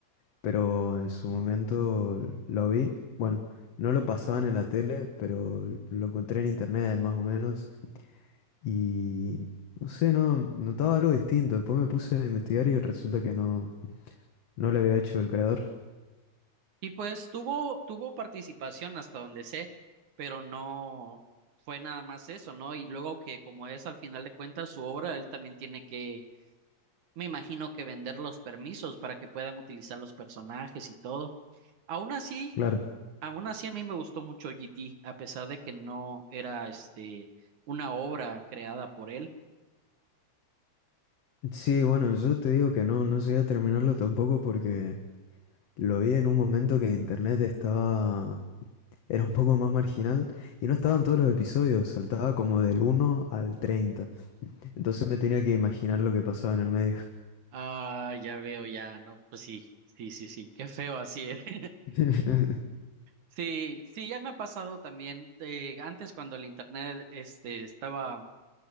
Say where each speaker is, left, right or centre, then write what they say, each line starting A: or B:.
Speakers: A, on the left; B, on the right.
A: pero en su momento lo vi. Bueno, no lo pasaban en la tele, pero lo encontré en internet más o menos Y no sé, no notaba algo distinto. Después me puse a investigar y resulta que no, no lo había hecho el creador.
B: Y pues tuvo, tuvo participación hasta donde sé, pero no fue nada más eso, ¿no? Y luego que como es al final de cuentas su obra, él también tiene que, me imagino que vender los permisos para que puedan utilizar los personajes y todo. Aún así,
A: Claro.
B: aún así a mí me gustó mucho GT, a pesar de que no era este una obra creada por él.
A: Sí, bueno, yo te digo que no, no llegué a terminarlo tampoco porque lo vi en un momento que internet estaba, era un poco más marginal y no estaban todos los episodios, saltaba como del uno al treinta Entonces me tenía que imaginar lo que pasaba en el medio.
B: Ah, ya veo, ya, no, pues sí, sí, sí, sí, qué feo así. <laughs>
A: <laughs>
B: Sí, sí, ya me ha pasado también. eh, antes cuando el internet este estaba